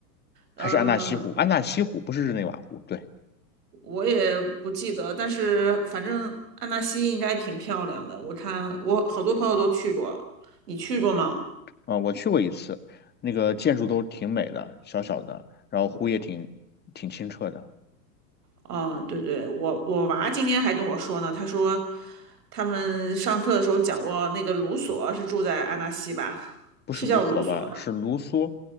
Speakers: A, on the right; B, on the left.
A: 嗯、
B: 还是安纳西湖？安纳西湖不是日内瓦湖，对，
A: 我也不记得，但是反正安纳西应该挺漂亮的，我看我好多朋友都去过，你去过吗？
B: 啊、我去过一次，那个建筑都挺美的，小小的，然后湖也挺挺清澈的，
A: 啊，对对，我我娃今天还跟我说呢，他说他们上课的时候讲过那个卢索是住在安纳西吧，
B: 不是卢梭吧？
A: 是叫卢索吧？
B: 是卢梭，